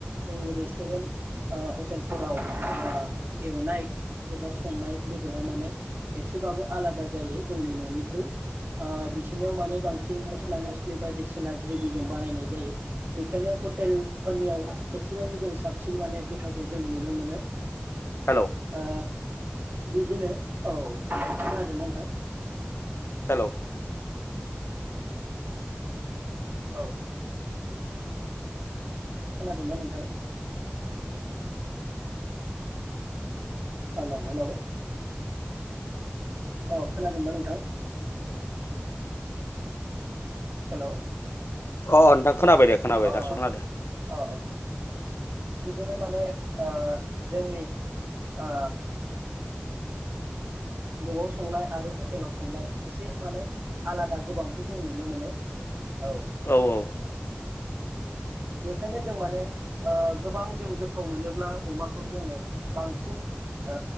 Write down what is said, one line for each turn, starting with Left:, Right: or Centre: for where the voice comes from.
Right: जोंनि रेस्टुरेन्ट ओ हटेल। फोराव ओ एवनाय एबा संनाय बेदरा माने एसेबाबो आलादा जायो जोंनि ननिख्रुइ ओ बिसोरनियाव माने बांसिन मस्ला मस्लि बायदिसिना ग्रेभिजों बानायनाय जायो बेखायनो हटेलफोरनियाव एसेबाबो जों साबसिन माने गोथाव गो जों नुनो मोनो।
Left: हेलौ
Right: ओ बिदिनो औ खोनादोंना नोंथां?
Left: हेलौ
Right: औ खोनादोंना नोंथां। हेलौ' हेलौ अ खोनादोंना नोंथां? हेलौ
Left: अ अ नोंथां। खोनाबाय दे खोनाबाय
Right: अ
Left: दासो
Right: अ
Left: खोनादो।
Right: अ बिदिनो माने ओ जोंनि ओ नआव संनाय आरो हटेलाव संनाय। एसे माने आलादा गोबांखौ। जों नुनो मोनो। औ
Left: औ-औ
Right: बेखायनो जों माने ओ गोबां जों गोथाव मोनोब्ला अमाखौ जोंङो बांसिन ओ